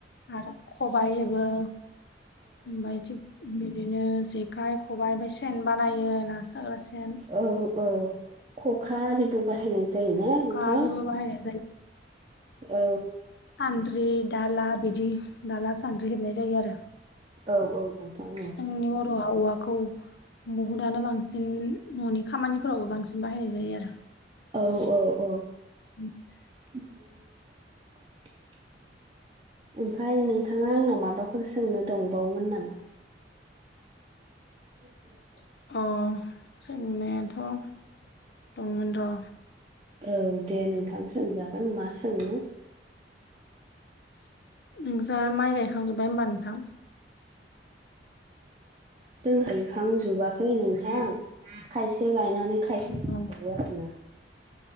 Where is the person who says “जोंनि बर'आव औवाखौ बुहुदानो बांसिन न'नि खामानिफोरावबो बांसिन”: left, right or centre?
Left